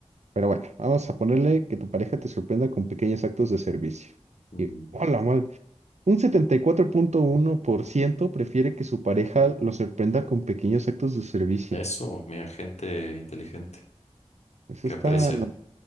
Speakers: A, on the right (about 85°); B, on the left (about 75°).
A: Pero bueno, vamos a ponerle que tu pareja te sorprenda con pequeños actos de servicio.
B: Mm.
A: Y, hola, madre. Un setenta y cuatro punto uno por ciento prefiere que su pareja lo sorprenda con pequeños actos de servicio.
B: Eso, mira, gente inteligente
A: Eso
B: que
A: está
B: aprecia.